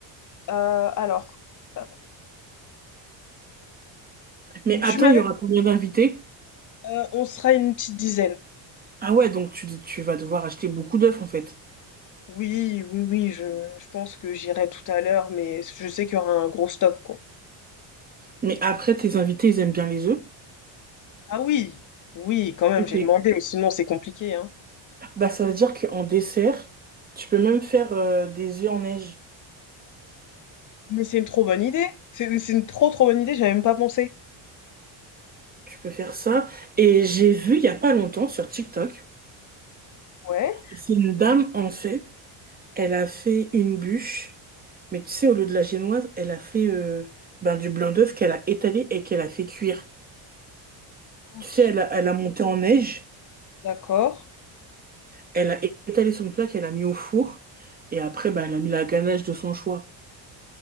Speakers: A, on the left; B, on the right.
A: euh, alors, euh,
B: Mais
A: tu
B: attends,
A: m'avais,
B: il y aura combien d'invités?
A: euh, on sera une petite dizaine.
B: Ah ouais, donc tu, tu vas devoir acheter beaucoup d'œufs en fait.
A: Oui, oui, oui, je, je pense que j'irai tout à l'heure, mais je sais qu'il y aura un gros stock, quoi.
B: Mais après, tes invités, ils aiment bien les œufs.
A: Ah oui, oui, quand même,
B: Ok.
A: j'ai demandé, sinon c'est compliqué, hein.
B: Bah, ça veut dire qu'en dessert, tu peux même faire euh, des œufs en neige.
A: Mais c'est une trop bonne idée. C'est c'est une trop trop bonne idée, j'avais même pas pensé.
B: Tu peux faire ça. Et j'ai vu il y a pas longtemps sur TikTok,
A: Ouais,
B: c'est une dame, en fait, elle a fait une bûche. Mais tu sais, au lieu de la génoise, elle a fait euh, ben, du blanc d'œuf qu'elle a étalé et qu'elle a fait cuire.
A: ok,
B: Tu sais, elle a, elle a monté en neige,
A: d'accord.
B: elle a étalé son plat qu'elle a mis au four, et après, ben, elle a mis la ganache de son choix.